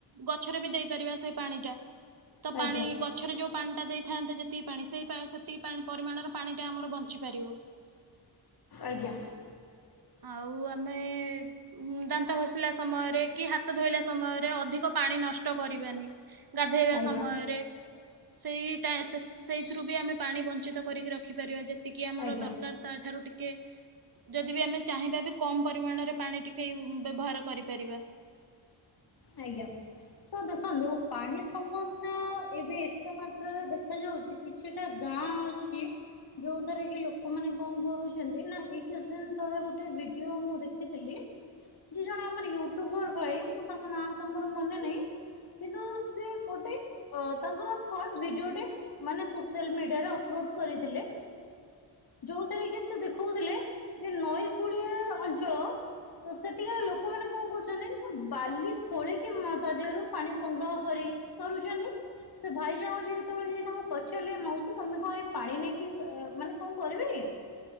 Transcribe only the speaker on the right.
ଗଛରେ ବି ଦେଇପାରିବା ସେ ପାଣିଟା। ତ
ପାଣି ଗ ଛରେ ଯୋଉ ପାଣିଟା ଦେଇଥାନ୍ତେ ଯେତିକି ପାଣି, ସେଇ ପାଣ ସେତିକି ପରିମାଣର ପାଣିଟା ଆମର ବଞ୍ଚିପାରିବ।
ଆଉ ଆମେ ଉମ୍ ଦାନ୍ତ ଘଷିଲା ସମୟରେ, କି ହାତ ଧୋଇଲା ସମୟରେ, ଅଧିକ ପାଣି ନଷ୍ଟ କରିବାନି। ଗାଧେଇବା
ସମୟରେ ସେଇଟା, ସେଇ-ସେଇଥିରୁ ବି, ଆମେ ପାଣି ବଞ୍ଚିତ କରିକି ରଖିପାରିବା, ଯେତିକି ଆମର
ଦରକାର। ତାଠାରୁ ଟିକେ, ଯଦି ବି ଆମେ ଚାହିଁବା ବି କମ ପରିମାଣ ମାଣରେ ପାଣି ଟିକେ ୟୁ ବ୍ୟବହାର କରିପାରିବା।